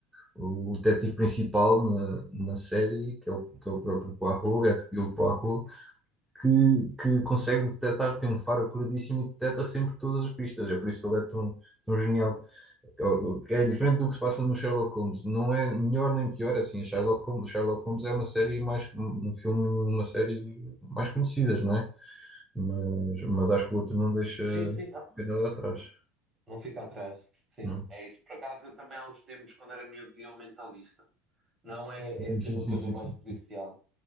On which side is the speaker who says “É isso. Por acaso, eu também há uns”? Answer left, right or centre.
Right